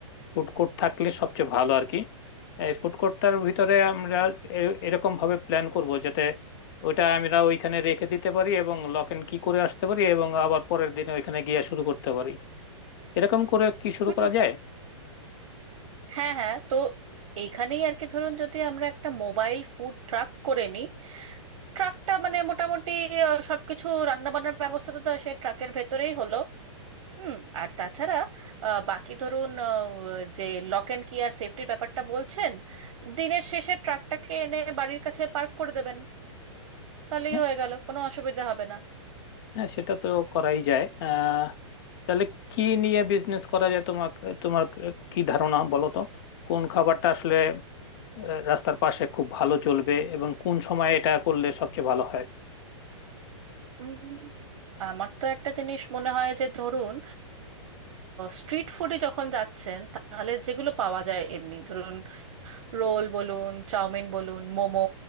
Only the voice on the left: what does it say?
ফুড কোর্ট থাকলে সবচেয়ে ভালো আর কি এই ফুড কোর্টটার ভিতরে আমরা এ- এরকম ভাবে প্ল্যান করব যাতে ওইটা আমরা ওইখানে রেখে দিতে পারি এবং লক এন্ড কি করে আসতে পারি এবং আবার পরের দিনে ওইখানে গিয়ে শুরু করতে পারি এরকম করে কি শুরু
করা যায়
হ্যাঁ
হ্যাঁ সেটা তো করাই যায় আহ তাহলে কি নিয়ে বিজনেস করা যায় তোমার তোমার কি ধারণা বলো তো কোন খাবারটা আসলে আহ, রাস্তার পাশে খুব ভালো চলবে এবং কোন সময় এটা করলে সবচেয়ে ভালো হয়